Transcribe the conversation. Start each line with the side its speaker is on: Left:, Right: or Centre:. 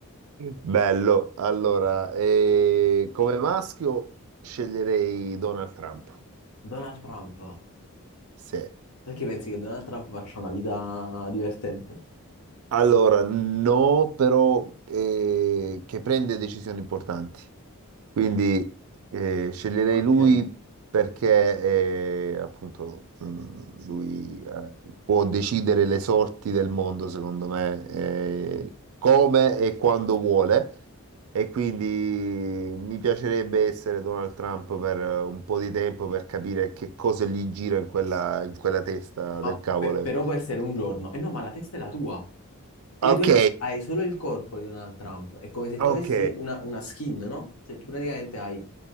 Right: Bello. Allora, eh, come maschio sceglierei Donald Trump.
Left: Donald Trump.
Right: Sì.
Left: Perché pensi che Donald Trump faccia una vita divertente?
Right: Allora, no, però eh, che prende decisioni importanti. Quindi eh, sceglierei
Left: Ok.
Right: lui perché eh, appunto mh, lui eh, può decidere le sorti del mondo, secondo me, eh, come e quando vuole. E quindi mi piacerebbe essere Donald Trump per eh, un po' di tempo per capire che cosa gli gira in quella, in quella testa
Left: Ah,
Right: del cavolo.
Left: pe- però può essere un giorno. E no, ma la testa è la tua. Quindi
Right: Ok,
Left: tu es- hai solo il corpo di Donald Trump. È come se
Right: ok,
Left: tu avessi una, una skin, no? Se tu praticamente hai...